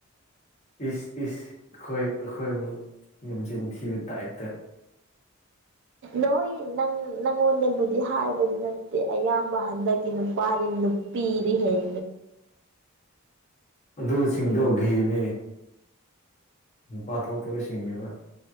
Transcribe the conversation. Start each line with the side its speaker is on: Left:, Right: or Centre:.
Left: ꯏꯁ ꯏꯁ ꯈꯣꯏ ꯑꯈꯣꯏꯕꯨ ꯌꯦꯝꯖꯤꯟ ꯊꯤꯕ ꯇꯥꯏ꯭ꯞꯇ
Right: ꯅꯣꯏ ꯅꯪ ꯅꯉꯣꯟꯗꯕꯨꯗꯤ ꯍꯥꯏꯕꯗꯤ ꯅꯠꯇꯦ ꯑꯌꯥꯝꯕ ꯍꯟꯗꯛꯀꯤ ꯅꯨꯄꯥꯔꯤ ꯄꯤꯗꯤ ꯍꯦꯜ
Left: ꯑꯗꯨꯁꯤꯡꯗꯣ ꯒꯦꯅꯦ ꯅꯨꯄꯥ ꯊꯣꯛꯇꯕꯁꯤꯡꯅꯦꯕ